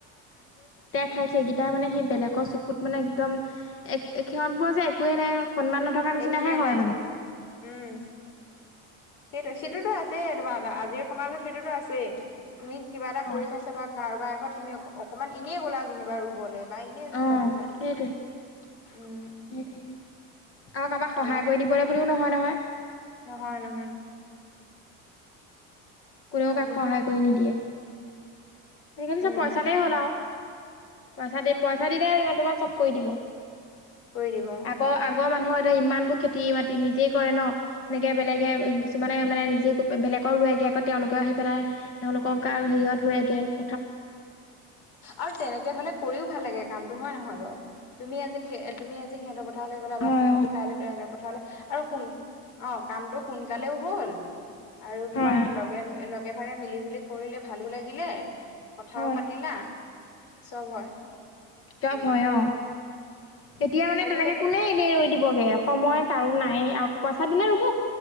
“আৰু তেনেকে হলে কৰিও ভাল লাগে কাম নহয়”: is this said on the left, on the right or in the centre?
Left